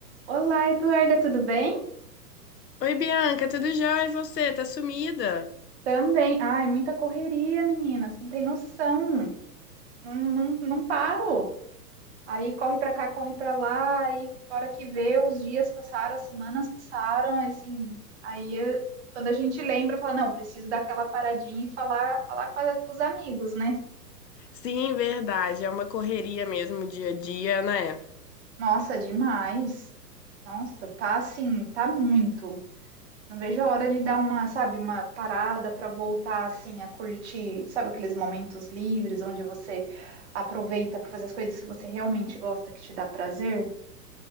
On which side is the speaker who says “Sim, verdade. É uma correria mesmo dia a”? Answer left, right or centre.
Left